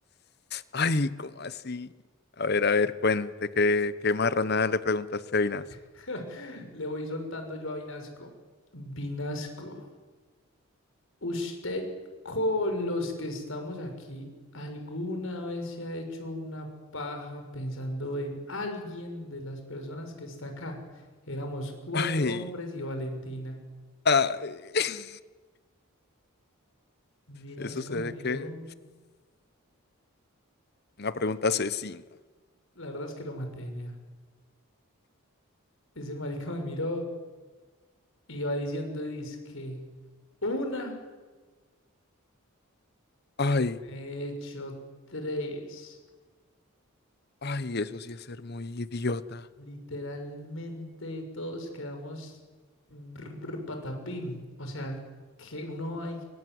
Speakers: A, on the left; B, on the left.
A: Ay, ¿cómo así? A ver, a ver, cuente, ¿qué, qué marranada le preguntaste a Vinasco?
B: <laughs> Le voy soltando yo a Vinasco. Vinasco, usted con los que estamos aquí, ¿alguna vez se ha hecho una paja pensando en alguien de las personas que está acá? Éramos cuatro
A: Ay,
B: hombres y Valentina.
A: ay. <laughs>
B: Vinasco
A: Eso se
B: me
A: ve
B: miró,
A: que... Una pregunta asesina.
B: la verdad es que lo maté, nea. Ese marica me miró, iba diciendo dizque una,
A: Ay,
B: me he hecho tres.
A: ay, eso sí es ser muy idiota.
B: Literalmente todos quedamos brr, brr, patapim. O sea, que uno hay.